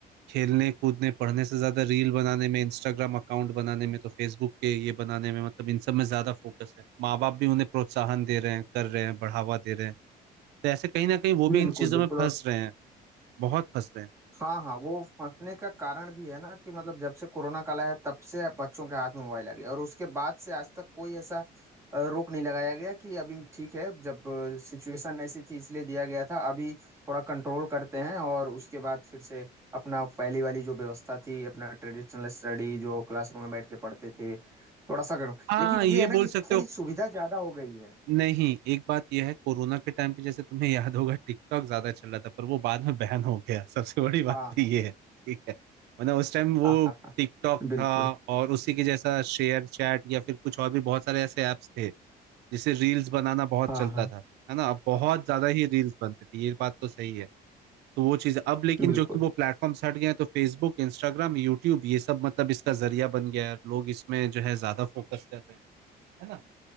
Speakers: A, on the right; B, on the right.
A: खेलने कूदने पढ़ने से ज्यादा रील बनाने में इंस्टाग्राम अकाउंट बनाने में तो फेसबुक के ये बनाने में मतलब इन सब में ज्यादा फोकस है माँ बाप भी उन्हें प्रोत्साहन दे रहे हैं कर रहे हैं बढ़ावा दे रहे हैं तो ऐसे कहीं ना कहीं वो भी
B: बिल्कुल
A: इन चीजों
B: बिल्कुल
A: में फंस
B: और
A: रहे हैं बहुत फंस रहे हैं
B: हाँ हाँ वो फंसने का कारण भी है ना कि मतलब जब से कोरोना काल आया है, तब से बच्चों के हाथ में मोबाइल आ गया और उसके बाद से आज तक कोई ऐसा अ, रोक नहीं लगाया गया कि अभी ठीक है जब सिचुएशन ऐसी थी इसलिए दिया गया था अभी थोड़ा कंट्रोल करते हैं और उसके बाद फिर से अपना पहली वाली जो व्यवस्था थी अपना ट्रेडिशनल स्टडी जो क्लासरूम में बैठ के पढ़ते थे थोड़ा सा करो
A: हाँ
B: लेकिन
A: ये
B: ये है ना
A: बोल
B: कि
A: सकते
B: थोड़ी
A: हो
B: सुविधा ज्यादा हो गई है
A: नहीं एक बात यह है कोरोना के टाइम पे जैसे तुम्हें याद होगा टिकटॉक ज्यादा चल रहा था पर वो बाद में बैन हो गया <laughs> सबसे बड़ी बात
B: हाँ
A: तो
B: हाँ
A: ये है ठीक है वरना उस टाइम वो
B: हाँ हाँ हाँ,
A: टिकटॉक
B: बिल्कुल
A: था और उसी के जैसा शेयर चैट या फिर कुछ और भी बहुत सारे ऐसे ऐप्स थे जैसे रील्स बनाना बहुत
B: हाँ
A: चलता
B: हाँ
A: था है ना अब बहुत ज्यादा ही रील्स बनते थे ये बात तो सही है तो वो चीज अब लेकिन
B: बिल्कुल
A: जो कि वो प्लेटफॉर्म हट गए हैं तो फेसबुक इंस्टाग्राम यूट्यूब ये सब मतलब इसका जरिया बन गया है लोग इसमें जो है ज्यादा फोकस कर रहे हैं है ना